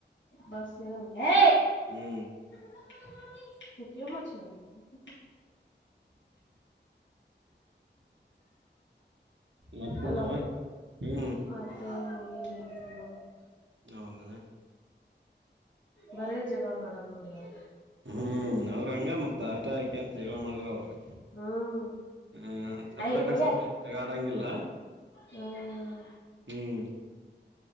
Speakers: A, on the left; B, on the right.
A: ಬಸರಲ್ಲ ಯ
B: ಹ್ಮ್
A: ಕ <unintelligible>
B: ಮತ್ತೆನವ
A: ಹಲೋ
B: ಹ್ಮ್
A: ಮತ್ತೆ ಏನು ನೋಡಪ್ಪ
B: ಹೌದದ
A: ಬರೇ ಜಗಳ ಮಾಡದು್ ನೋಡಿ ಅವ್ರ್ರ.
B: ಹ್ಮ್ ಅವ್ರ ಹಂಗ ಮ ಮತ್ತು ಆಟ ಆಯಕೆ ಅಂತ ಜಗಳ ಮಾಡ್ರ ಅವ್ರಿ
A: ಹ್ಮ್
B: ಹ್ಮ್ ಸಪ್ರೇಟ್
A: ಅಯ್ ಹೋಗ
B: ಆಗ ಸಪ್ರೇಟ್ ಆಗ ಆಡಂಗಿಲ್ಲ
A: ಹ್ಮ್
B: ಹ್ಮ್